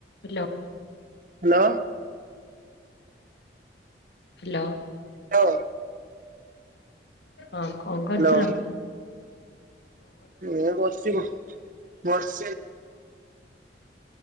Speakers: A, on the left (about 75°); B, on the right (about 45°).
A: ହେଲୋ।
B: ହାଲୋ।
A: ହେଲୋ।
B: ଲୋ
A: ହଁ କଁ କରୁଥୁଲ?
B: ହ୍ୟାଲୋ ଏ ବସିଚି ବସତି।